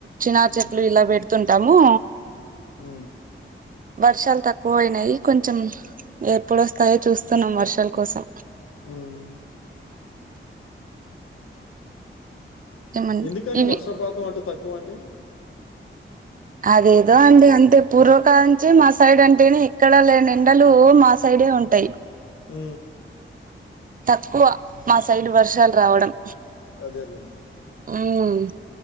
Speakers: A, on the right; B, on the left.
A: చినా
B: హ్మ్.
A: చెట్లు ఇలా పెడుతుంటాము.
B: ఉ
A: వర్షాలు తక్కువ అయినాయి కొంచెం ఎప్పుడోస్తాయో చూస్తున్నాం వర్షాల కోసం.
B: మ్
A: ఏమండి
B: ఎందుకండి
A: ఇవి
B: వర్షపాతం అటు తక్కువ అండి.
A: అదేదో
B: అంటే
A: అండి అంతే పూర్వకాలంచి మా సైడ్ అంటేనే ఎక్కడ లేని ఎండలు మా సైడే ఉంటాయి
B: మ్
A: తక్కువ మా సైడ్ వర్షాలు రావడం
B: అదే లేండి
A: ఉమ్